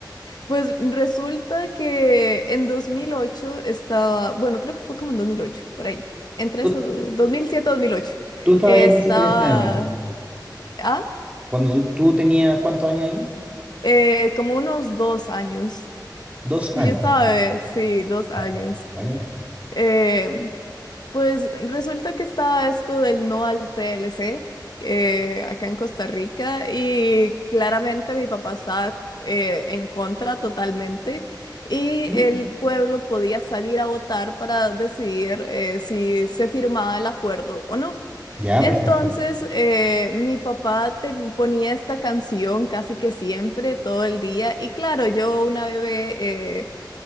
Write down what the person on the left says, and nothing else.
pues resulta que en 2008 estaba, bueno, creo que fue como en 2008 por ahí, entre
esos, dos mil siete-dos mil ocho
estaba,
ah,
eh, como unos dos años.
Sí,
yo estaba, eh, sí, dos años.
Eh, pues resulta que estaba esto del no al TLC eh, acá en Costa Rica y claramente mi papá estaba eh, en contra totalmente y
el pueblo podía salir a votar para decidir eh, si se firmaba el acuerdo o no.
Entonces,
eh, mi papá ten- ponía esta canción casi que siempre, todo el día, y claro, yo una bebé eh,